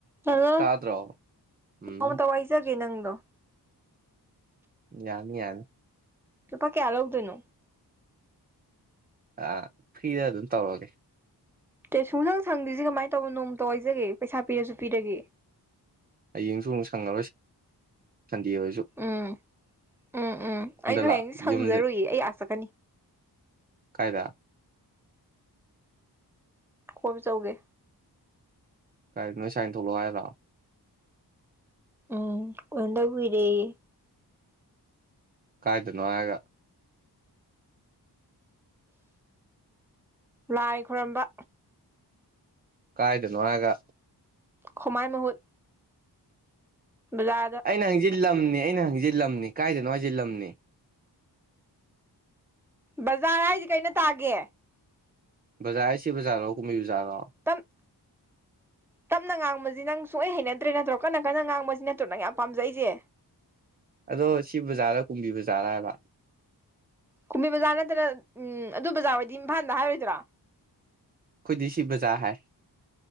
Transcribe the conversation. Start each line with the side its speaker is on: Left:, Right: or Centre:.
Centre: Hello
Right: ꯇꯥꯗ꯭ꯔꯣ ꯎꯝ
Centre: ꯅꯣꯡꯃꯇ ꯋꯥꯏꯖꯒꯦ ꯅꯪꯗꯣ
Right: ꯌꯥꯅꯤ ꯌꯥꯅꯤ
Centre: ꯂꯨꯄꯥ ꯀꯌꯥ ꯂꯧꯗꯣꯏꯅꯣ
Right: ꯑ ꯐ꯭ꯔꯤꯗ ꯑꯗꯨꯝ ꯇꯧꯔꯒꯦ
Centre: ꯀꯩꯁꯨ ꯅꯪ ꯁꯪꯗꯦꯁꯦ ꯀꯃꯥꯏꯅ ꯇꯧꯕꯅ ꯅꯣꯡꯃꯇ ꯋꯥꯏꯖꯒꯦ ꯄꯩꯁꯥ ꯄꯤꯔꯁꯨ ꯄꯤꯔꯒꯦ
Right: ꯍꯌꯦꯡꯁꯨ ꯑꯃꯨꯛ ꯁꯪꯉꯔꯣꯏ ꯁꯟꯗꯦ ꯑꯣꯏꯔꯁꯨ
Centre: ꯎꯝ ꯎꯝ ꯎꯝ ꯑꯩꯁꯨ
Right: ꯂꯥꯛ
Centre: ꯍꯌꯦꯡꯁꯦ ꯁꯪꯖꯔꯨꯏ
Right: ꯌꯨꯝꯗ
Centre: ꯑꯩ ꯑꯥ ꯆꯠꯀꯅꯤ
Right: ꯀꯥꯏꯗ
Centre: ꯀꯣꯏꯕ ꯆꯠꯂꯨꯒꯦ
Right: ꯀꯥꯏꯗ ꯅꯣꯏ ꯁꯥꯏꯅ ꯊꯣꯛꯂꯛꯑꯣ ꯍꯥꯏꯔꯣ
Centre: ꯎꯝ ꯎꯅꯗ ꯀꯨꯏꯔꯦꯌꯦ
Right: ꯀꯥꯏꯗꯅꯣ ꯍꯥꯏꯔꯒ
Centre: ꯂꯥꯏ ꯈꯣꯏꯔꯝꯕ
Right: ꯀꯥꯏꯗꯅꯣ ꯍꯥꯏꯒ
Centre: ꯈꯣꯃꯥꯏ ꯃꯍꯨꯠ ꯕꯖ
Right: ꯑꯩꯅ ꯍꯪꯁꯤ ꯂꯝꯅꯤ ꯑꯩꯅ ꯍꯪꯁꯤ ꯂꯝꯅꯤ ꯀꯥꯏꯗꯅꯣ ꯍꯥꯏꯁꯦ ꯂꯝꯅꯤ
Centre: ꯕꯖꯥꯔ ꯍꯥꯏꯗꯤ ꯀꯩꯅ ꯇꯥꯒꯦ
Right: ꯕꯖꯥꯔ ꯍꯥꯏꯁꯤ ꯕꯖꯥꯔꯣ ꯀꯨꯝꯍꯕꯤ ꯕꯥꯖꯔꯣ
Centre: ꯇꯞ ꯇꯞꯅ ꯉꯥꯡꯕꯁꯤ ꯅꯪ ꯁꯨꯡꯛꯩ ꯍꯩꯅꯗ꯭ꯔꯦ ꯅꯠꯇ꯭ꯔꯣ ꯀꯟꯅ ꯀꯟꯅ ꯉꯥꯡꯕꯁꯤ ꯅꯠꯇ꯭ꯔꯣ ꯅꯪ ꯌꯥꯝ ꯄꯥꯝꯖꯩꯁꯦ
Right: ꯑꯗꯣ ꯁꯤ ꯕꯖꯥꯔ ꯀꯨꯝꯕꯤ ꯕꯖꯥꯔꯔ ꯍꯥꯏꯕ
Centre: ꯀꯨꯝꯕꯤ ꯕꯖꯥꯔ ꯅꯠꯇꯅ ꯎꯝ ꯑꯗꯨ ꯕꯖꯥꯔ ꯑꯣꯏꯗꯤ ꯏꯝꯐꯥꯜꯗ ꯍꯥꯏꯔꯣꯏꯗꯔꯣ
Right: ꯑꯩꯈꯣꯏꯗꯤ ꯁꯤ ꯕꯖꯥꯔ ꯍꯥꯏ